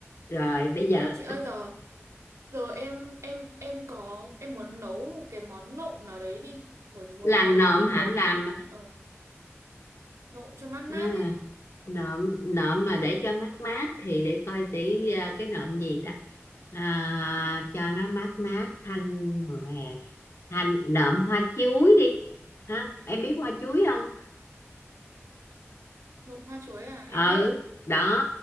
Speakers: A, on the left (about 65°); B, on the right (about 85°).
A: rồi bây giờ
B: ơ chị ơi giờ giờ em em em có em muốn nấu một cái món nộm nào đấy đi bởi vì mùa
A: làm
B: hè
A: nộm
B: mà em
A: hả
B: muốn
A: làm à,
B: ờ, nộm cho mát mát
A: à,
B: đi
A: nộm nộm mà để cho mát mát thì để coi tí à, cái nộm gì ta à, cho nó mát mát thanh mùa hè hành nộm hoa chuối đi ha em biết hoa chuối không
B: nộm hoa chuối à em
A: ừ
B: biết
A: đó